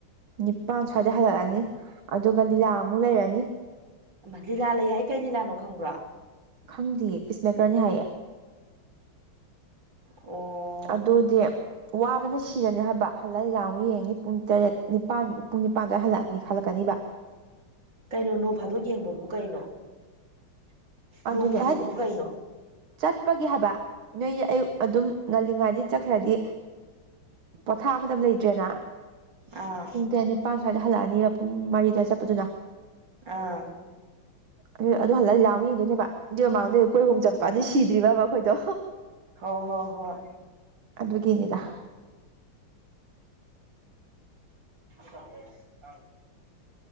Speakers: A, on the right; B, on the right.
A: ꯅꯤꯄꯥꯟ ꯁ꯭ꯋꯥꯏꯗ ꯍꯜꯂꯛꯑꯅꯤ ꯑꯗꯨꯒ ꯂꯤꯂꯥꯃꯨꯛ ꯂꯩꯔꯅꯤ
B: ꯃꯥ ꯂꯤꯂꯥ ꯂꯩ ꯍꯥꯏ ꯀꯩ ꯂꯤꯂꯥꯅꯣ ꯈꯪꯕ꯭ꯔꯣ
A: ꯈꯪꯗꯦꯌꯦ ꯄꯤꯁꯃꯦꯀꯔꯅꯤ ꯍꯥꯏꯌꯦ
B: ꯑꯣ
A: ꯑꯗꯨꯗꯤ ꯋꯥꯕꯅ ꯁꯤꯔꯅꯦ ꯍꯥꯏꯕ ꯍꯜꯂ ꯂꯤꯂꯥ ꯑꯃꯨꯛ ꯌꯦꯡꯅꯤ ꯄꯨꯡ ꯇꯔꯦꯠ ꯅꯤꯄꯥꯟ ꯄꯨꯡ ꯅꯤꯄꯥꯟꯗꯋꯥ ꯍꯜꯂꯛꯑꯅꯤ ꯈꯜꯂꯛꯀꯅꯤꯕ
B: ꯀꯩꯅꯣ ꯅꯣꯡ ꯐꯥꯗꯣꯛ ꯌꯦꯡꯕꯕꯨ ꯀꯩꯅꯣ
A: ꯑꯗꯨꯅꯦ
B: ꯅꯣꯡ ꯐꯥꯗꯣꯛꯄꯨ
A: ꯍꯥꯏꯗꯤ
B: ꯀꯩꯅꯣ
A: ꯆꯠꯄꯒꯤ ꯍꯥꯏꯕ ꯅꯣꯏ ꯑꯌꯨꯛ ꯑꯗꯨꯝ ꯉꯜꯂꯤꯉꯩꯗꯤ ꯆꯠꯈ꯭ꯔꯗꯤ ꯄꯣꯊꯥ ꯑꯃꯇ ꯂꯩꯇ꯭ꯔꯦꯅ
B: ꯑꯥ
A: ꯄꯨꯡ ꯇꯔꯦꯠ ꯅꯤꯄꯥꯟ ꯁ꯭ꯋꯥꯏꯗ ꯍꯜꯂꯛꯑꯅꯤꯕ ꯄꯨꯡ ꯃꯔꯤꯗ ꯆꯠꯄꯗꯨꯅ
B: ꯑꯥ
A: ꯑꯗꯨ ꯑꯗꯨ ꯍꯜꯂ ꯂꯤꯂꯥꯃꯨꯛ ꯌꯦꯡꯗꯣꯏꯅꯦꯕ ꯑꯗꯨꯏ ꯃꯃꯥꯡꯗꯣ ꯀꯣꯏꯕ ꯑꯃꯨꯛ ꯆꯠ ꯄꯥꯗꯤ ꯁꯤꯗ꯭ꯔꯤꯕꯕ ꯑꯩꯈꯣꯏꯗꯣ
B: ꯍꯣꯏ ꯍꯣꯏ ꯍꯣꯏ
A: ꯑꯗꯨꯒꯤꯅꯤꯗ
B: ꯀ <unintelligible>